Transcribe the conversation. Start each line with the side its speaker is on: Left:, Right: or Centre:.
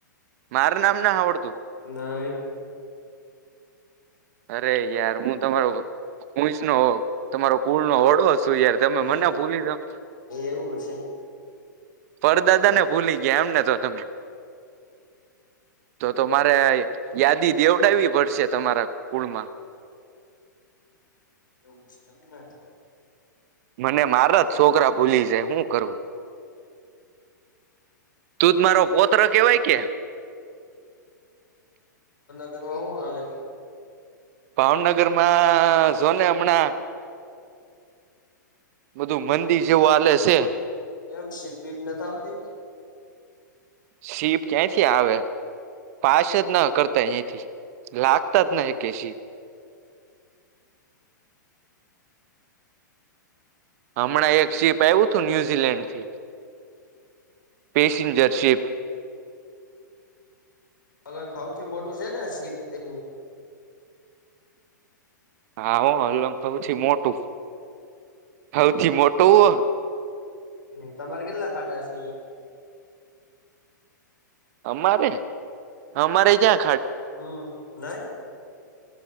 Right: માર નામ ના આવડ
Left: નઈ
Right: અરે યાર હું તમારો કસ નો તમારો કુળ નો હોડો શું યાર તમે મને
Left: એ
Right: ભૂલી જા
Left: એવું છે
Right: પરદાદાને ભૂલી ગયા એમને તો તમે તો મારે યાદી દેવડાવવી પડશે તમારા કુળમાં
Left: એવું છે એમને
Right: મને મારા જ છોકરા ભૂલી જાય હું કરવું તૂધ મારો પોત્ર કેવાય કે
Left: રમાં હું હલે
Right: ભાવનગરમાં જો ને હમણાં બધું મંદિર જેવું આલે છે
Left: એમ સીપ બીપ નથી આવતી
Right: શીપ ક્યાંથી આવે પાછ જ ના કરતા અહીથી લાગત ન એ કેશ હમણાં એક જીપ આવ્યું હતું ન્યુઝીલેન્ડથી પેસિંજર શિપ
Left: પગન સૌથી મોટું છે ને શીપ રિંગ
Right: હા હમ અલંગ સૌથી
Left: હમ
Right: મોટું સૌથી મોટું
Left: હમ તમારે કેટલા ખાડા છે એમાં
Right: અમારે અમારે જં
Left: હમ નઇ